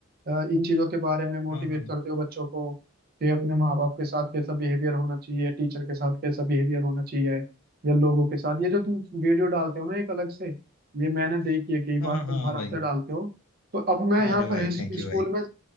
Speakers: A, on the right; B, on the left.
A: अ, इन चीजों के बारे में मोटिवेट
B: हाँ हाँ
A: करते हो बच्चों को कि अपने माँ बाप के साथ कैसा बिहेवियर होना चाहिए टीचर के साथ कैसा बिहेवियर होना चाहिए या लोगों के साथ ये जो तुम वीडियो डालते हो ना एक अलग से ये मैंने देखी है कई बार
B: हाँ
A: तुम
B: हाँ
A: हर
B: भाई
A: हफ्ते डालते हो तो अब मैं यहाँ
B: अरे
A: पर
B: भाई
A: इस-
B: थैंक यू
A: स्कूल
B: भाई
A: में